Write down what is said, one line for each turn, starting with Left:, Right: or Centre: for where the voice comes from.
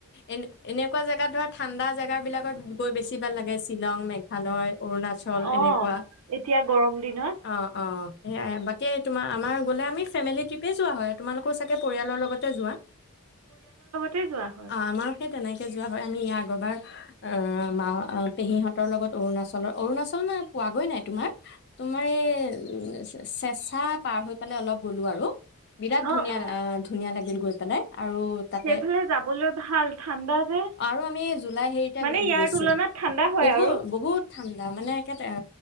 Left: এনে এনেকুৱা জেগাত ধৰা ঠাণ্ডা জেগা বিলাকত গৈ বেছি কিবা লাগে শ্বিলং মেঘালয় অৰুণাচল
Right: অঁ
Left: এনেকুৱা
Right: এতিয়া গৰম দিনত
Left: অঁ অঁ সেয়াই বাকী তোমাৰ আমাৰ গ'লে আমি। ফেমিলি ট্ৰিপেই যোৱা হয় তোমালোক আকৌ চাগে পৰিয়ালৰ লগতে যোৱা।
Right: তে যোৱা হয়
Left: অ আমাৰো সেই তেনেকে যোৱা হয় আমি এই আগৰবাৰ অ মা পেহীহঁতৰ লগত অৰুণাচলৰ অৰুণাচল মানে পোৱাগৈ নাই তোমাৰ তোমাৰ উ চেচা <inaudible> পাৰ হৈ পালে অলপ গ'লো আৰু বিৰাট
Right: অ
Left: ধুনীয়া
Right: অ
Left: ধুনীয়া লাগিল গৈ অ্ <unintelligible> আৰু তাতে
Right: সেইফালে যাবলৈ ভাল ঠাণ্ডা যে
Left: আৰু আমি জুলাই হেৰিতে
Right: মানে ইয়াৰ
Left: গৈছিল
Right: তুলনাত ঠাণ্ডা হয়
Left: বহু
Right: আৰু
Left: বহুত ঠাণ্ডা মানে একে অ